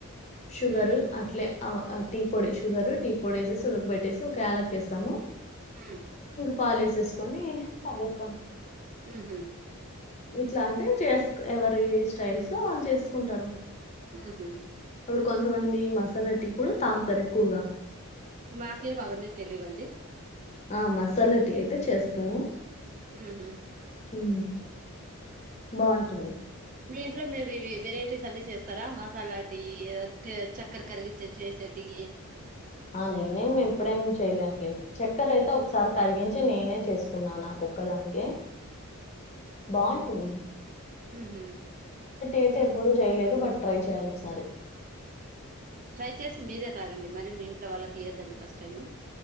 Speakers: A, on the left (about 30°); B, on the right (about 35°).
A: షుగరు
B: హుహు.
A: అట్లే అవ ఆ టీ పొడి షుగరు టీ పొడి వేసేసి ఉడక పెట్టేసి ఒక యాలక్ ఏస్తాము
B: హ్మ్
A: పాలేసేసుకొని తాగేస్తాం
B: ఊ హూ
A: ఇట్లా అంటే చేస్క్ ఎవరిచేస్ స్టైల్ లో వాళ్ళు చేస్ కుంటారు
B: ఊహూ
A: ఇప్పుడు కొంతమంది మసాలా టీ కూడా తాగుతారు ఎక్కువగా
B: మాకేం అవన్నీ తెలీవండి
A: ఆ మసాలా టీ అయితే చేస్తారు
B: మ్ హూ
A: ఉ బాగుంటుంది.
B: మీ ఇంట్లో మీరు ఇవి వెరై అన్ని చేస్తారా మసాలా <unintelligible> చక్కర కరగచ్చచ్చసేటికి
A: ఆ నేనేం ఎప్పుడేం చెయలే అట్లేమి. చక్కర అయితే ఒకసారి కరిగించ నేనే చేసుకున్నా నా కొక్కదానికి బాగుంట టంది
B: ఊ హ
A: అయితే ఎప్పుడూ చేయలేదు. బట్ ట్రై చేయాలి ఒకసారి.
B: ట్రై చేసి మీరే సరేండి మరి మీ ఇంట్లో వాళ్ళకి ఇయొద్దండి ఫస్ట్ టైము.